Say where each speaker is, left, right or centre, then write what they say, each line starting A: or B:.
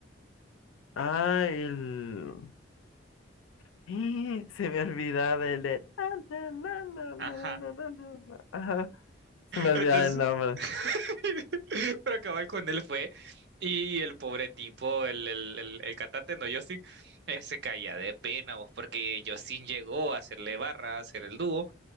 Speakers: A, on the left (about 85°); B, on the right (about 55°).
A: Ah, el... <gasps> ¡Ih! Se me olvidaba el... de- na, na, na, na,
B: Ajá.
A: na, na, na, na. Ajá, se me olvidaba
B: Entonces,
A: el nombre.
B: <laughs> para acabar con él fue, y el pobre tipo, el, el, el, el cantante, no, Justin, eh, se caía de pena, vos, porque Justin llegó a hacerle barra, a hacer el dúo,